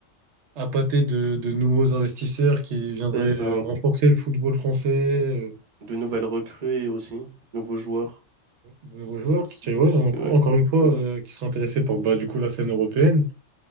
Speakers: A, on the right; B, on the right.
A: appâter de, de nouveaux investisseurs qui viendraient
B: C'est ça.
A: euh, renforcer le football français, euh,
B: De nouvelles recrues et aussi, nouveaux joueurs
A: de
B: qui,
A: nouveaux joueurs,
B: qui, qui,
A: qui seraient ouais,
B: qui-
A: en-
B: ouais.
A: encore une fois,
B: Hum,
A: euh, qui seraient intéressés par bah, du coup, la scène européenne.